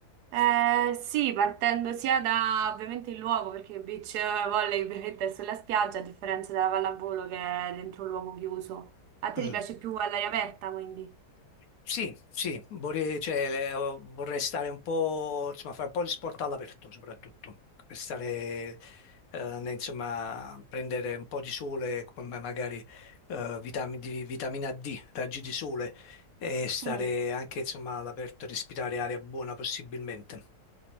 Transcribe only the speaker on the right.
Eh, sì, partendo sia da ovviamente il luogo, perché il beach volley ovviamente è sulla spiaggia, a differenza della pallavolo che è dentro un luogo chiuso. A te
ti piace più all'aria aperta quindi?
<laughs> Hai